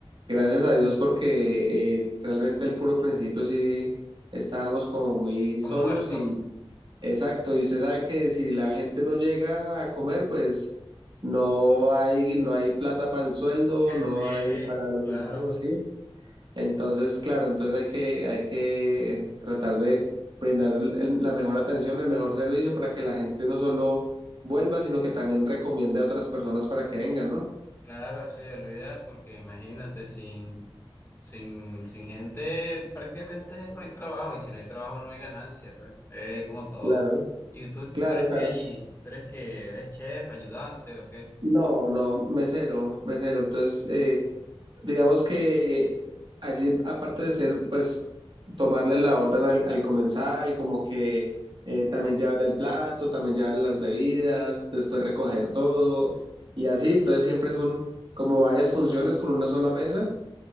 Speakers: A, on the right; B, on the left.
A: gracias a Dios porque eh, realmente el puro principio sí estábamos como muy solos
B: Como muerto.
A: y exacto, y usted sabe que si la gente no llega a comer, pues... No hay, no hay plata para el sueldo,
B: <laughs>
A: no
B: Sí,
A: hay para los
B: claro.
A: insumos, sí. Entonces, claro, entonces hay que, hay que tratar de brindar el- el- la mejor atención, el mejor servicio para que la gente no solo vuelva, sino que también recomiende a otras personas para que vengan, ¿no?
B: Claro, sí, es lo ideal porque imagínate, sin, sin, sin gente prácticamente no hay trabajo y si no hay trabajo no hay ganancia, pues. Es como todo.
A: Claro,
B: ¿Y tú,
A: claro,
B: tú eres
A: claro.
B: qué allí? ¿Tú eres que eres chef, ayudante o qué?
A: No, no, mesero, mesero. Entonces, eh, Digamos que allí, aparte de ser, pues, tomarle la orden al, al comensal, como que eh, también llevarle el plato, también llevarle las bebidas, después recoger todo y así. Entonces siempre son como varias funciones con una sola mesa,